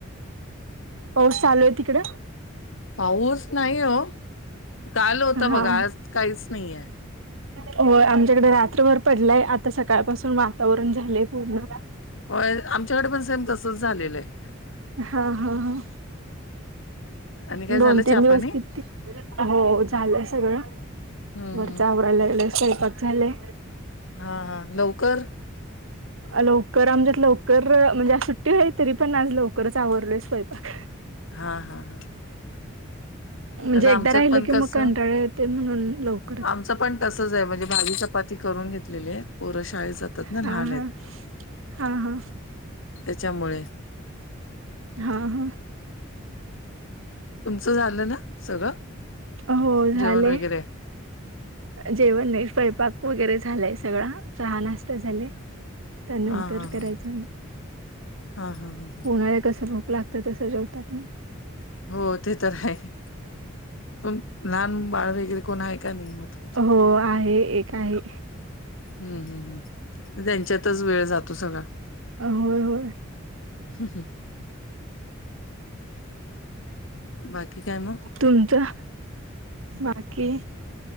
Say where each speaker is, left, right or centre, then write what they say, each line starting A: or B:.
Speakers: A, on the right; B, on the left.
A: पाऊस चालू आहे तिकड....
B: पाऊस नाही हो काल होता
A: हा....
B: बघा आज काहीच नाहीये
A: हो आमच्याकडे रात्रभर पडलाय आता सकाळपासून वातावरण झालंय पूर्ण.....
B: होय आमच्याकडे पण सेम तसच झालेलं आहे....
A: हा हा ह....
B: आहे आणि काय
A: दोन
B: झालं
A: तीन
B: चहा
A: दिवस
B: पाणी
A: किती हो झालंय सगळं....
B: हम्म
A: वरच
B: हम्म
A: आवराय लागलोय स्वयंपाक झाले....
B: हा हां लवकर.....
A: लवकर आमच्यात लवकर म्हणजे सुट्टी होय तरी पण आज लवकरच आवरल स्वयंपाक....
B: हा हा हा....
A: म्हणजे
B: आता
A: एकदा
B: आमच्यात
A: राहिलं
B: पण
A: की
B: कसं
A: मग कंटाळ येते म्हणून लवकर....
B: आमचं पण तसच आहे म्हणजे भाजी चपाती करून घेतलेली आहे पोर शाळेत जातात..... मुलं
A: हा
B: लहान
A: हा
B: आहेत
A: हा हा
B: त्याच्यामुळे.....
A: हा हा.....
B: तुमचं झालं ना सगळं....
A: हो झालय....
B: जेवण वगैरे
A: जेवण नाही स्वयंपाक वगैरे झालाय सगळा चहा नाश्ता झालाय. त्यानंतर
B: हा हा
A: करायचं
B: हा हा हा हा हा
A: उन्हाळ्यात कस भूक लागते. तसं जेवतात मग....
B: हो ते तर आहे प लहान बाळ वगैरे.... कोण आहे का नाही.... मग तुमच्यात?
A: हो आहे एक आहे....
B: ह् हम्म हम् त्यांच्यातच वेळ जातो सगळा....
A: अ होय हो...
B: हम् ह.... बाकी काय मग....
A: तुमचं बाकी....